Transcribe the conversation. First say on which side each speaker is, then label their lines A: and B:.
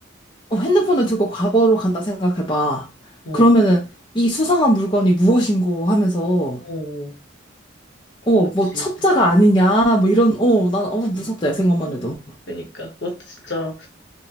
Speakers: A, on the left; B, on the left.
A: 어, 핸드폰을 들고 과거로 간다 생각해봐.
B: 어,
A: 그러면은 이 수상한 물건이 무엇인고 하면서
B: 어, 어.
A: 어,
B: 그렇지.
A: 뭐 첩자가 아니냐 뭐 이런 어, 난 어, 무섭다
B: 음,
A: 야 생각만 해도.
B: 그러니까 그것도 진짜